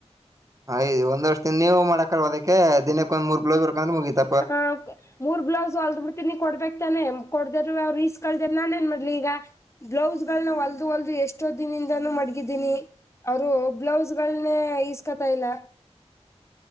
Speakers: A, on the right (about 30°); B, on the left (about 25°).
A: ಯ್ದು ಒಂದ ವರ್ಷದಿನ ನೀವು ಮಾಡಕಲ್ ಅದಕ್ಕೆ ದಿನಕ್ಕೆ ಒಂದ್ ಮೂರ್ ಬ್ಲೌಸ್ ಬರ್ಕಂದ್ರೆ ಮುಗಿತ
B: ಹ ಮೂರ್ ಬ್ಲೌಸ್ ಹೊಲ್ದ ಬಿಡ್ತೀನಿ ಕೊಡ್ಬೇಕೇಕ್ ತಾನೆ ಕೊಡ್ದರು ಅವ್ರು ಈಸ್ ಕಳ್ದರ್ ನಾನ್ ಏನ್ ಮಾಡ್ಲಿ ಈಗ ಬ್ಲೌಸ್ಗಳನ್ನ ಹೊಲ್ದು ಹೊಲ್ದು ಎಷ್ಟೋ ದಿನದಿಂದಾನೂ ಮಡಗಿದೀನಿ ಅವರು ಬ್ಲೌಸ್ ಗಳನೆ ಇಸ್ಕೊತಾ ಇಲ್ಲ